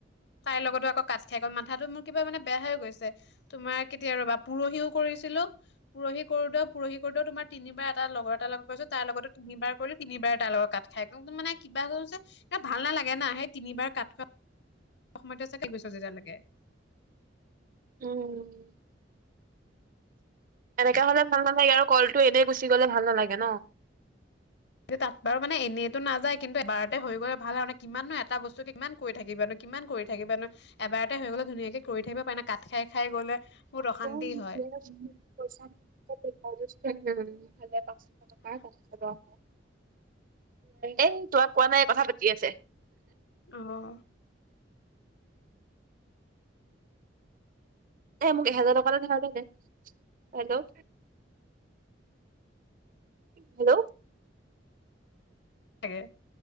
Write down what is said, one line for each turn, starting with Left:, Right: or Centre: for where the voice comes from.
Left: তাইৰ লগতো আকৌ কাত খাই গ'ল, মাথাটো মোৰ কিবা মানে বেয়া হৈ গৈছে তোমাৰ কেতিয়া ৰবা- পৰহিও কৰিছিলো, পৰহি কৰোতেও পৰহি কৰোতেও তোমাৰ তিনিবাৰ এটা লগৰ এটা লগত- কৰিছো তাৰ লগটো তিনিবাৰ কৰিলো তিনিবাৰ লগত কাত খাই ত, মানে কিবা হৈ হৈছে ভাল নালাগে নােই তিনিবাৰ কাত খোৱা- <unintelligible>
Right: উম। এনেকা হলে ভাল নালাগে আৰু কলটো এনেই গুচি গলে ভাল নালাগে ন।
Left: যে তাত বাৰু মানে এনেইটো নাযায় কিন্তু এবাৰতে হৈ গ'লে ভাল হয় মানে কিমাননো এটা বস্তু কিমান কৈ থাকিম কিমান কৰি থাকিবা ন, এবাৰতে হৈ গলে ধুনীয়াকে কৰি থাকিব পাৰে নে কাত খাই খাই গলে- বহুত
Right: <unintelligible>
Left: অশান্তি হয়
Right: <unintelligible> এ তোমাক কোৱা নাই কথা পাতি আছে।
Left: অঁ।
Right: এ মোক এহেজাৰ টকা এটা ধাৰলে দে, হেল্ল। হেল্ল'।
Left: থাকে।